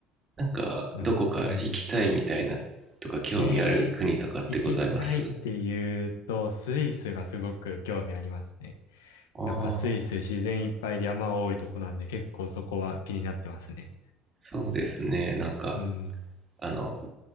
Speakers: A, on the right; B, on the left.
A: なんかどこか行きたいみたいなとか興味ある国とかってございます
B: なんか、うん。えー、行きたいって言うと、スイスがすごく興味ありますね。
A: ああ
B: やっぱスイス自然いっぱいで山多いとこなんで結構そこは気になってますね。
A: そうですね。なんか、
B: うん。
A: あの、